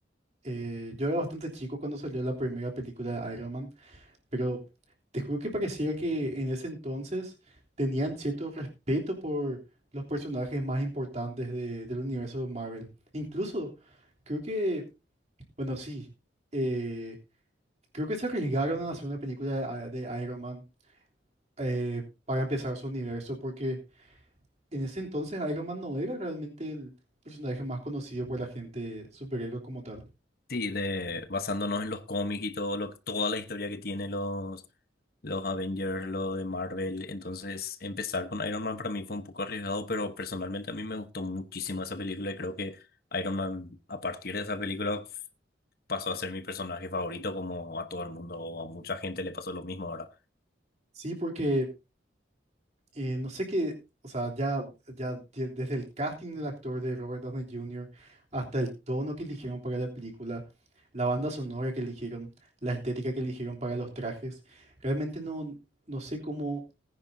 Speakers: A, on the right; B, on the left.
A: eh, yo era bastante chico cuando salió la primera película de Iron Man Pero te juro que pareciera que en ese entonces tenían cierto respeto por los personajes más importantes de- del universo de Marvel. Incluso, creo que, bueno, sí, eh, creo que se arriesgaron a hacer una película de, de Iron Man eh, para empezar su universo, porque en ese entonces Iron Man no era realmente el personaje más conocido por la gente superhéroe como tal.
B: Sí, de, basándonos en los cómics y todo lo, toda la historia que tiene los, los Avengers, lo de Marvel. Entonces, empezar con Iron Man para mí fue un poco arriesgado, pero personalmente a mí me gustó muchísimo esa película y creo que Iron Man, a partir de esa película, f- pasó a ser mi personaje favorito, como a todo el mundo, a mucha gente le pasó lo mismo ahora.
A: Sí, porque eh, no sé qué, o sea, ya, ya de- desde el casting del actor de Robert Downey Jr. hasta el tono que eligieron para la película, la banda sonora que eligieron, la estética que eligieron para los trajes, realmente no, no sé cómo